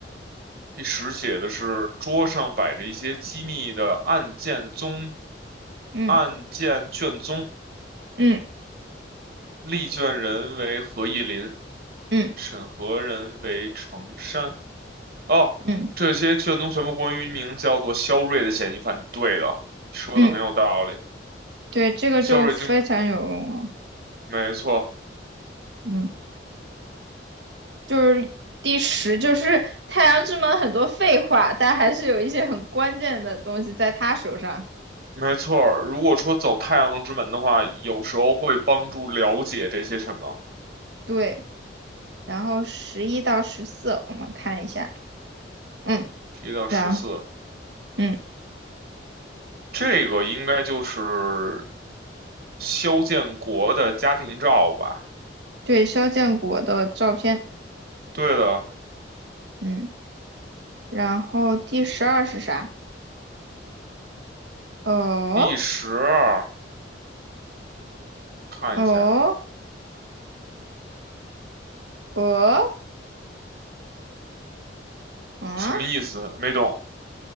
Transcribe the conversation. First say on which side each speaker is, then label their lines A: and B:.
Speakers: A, on the right; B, on the right.
A: 第十写的是桌上摆着一些机密的案件宗
B: 嗯
A: 案件卷宗，
B: 嗯
A: 立卷人为何意林。
B: 嗯
A: 审核人为成山。哦，
B: 嗯
A: 这些卷宗全部关于一名叫做肖瑞的嫌疑犯。对的，说的很有道理。
B: 嗯对，这个就非常有用了。
A: 肖瑞经，没错，
B: 嗯，就是第十，就是太阳之门很多废话，但还是有一些很关键的东西在他手上。
A: 没错儿如果说走太阳之门的话，有时候会帮助了解这些什么。
B: 对，然后十一到十四，我们看一下。嗯，
A: 一到十四，
B: 然嗯，
A: 这个应该就是肖建国的家庭照吧？
B: 对，肖建国的照片。
A: 对的，
B: 嗯，然后第十二是啥？哦
A: 第十二，看一下
B: 哦哦，嗯，
A: 什么意思？没懂。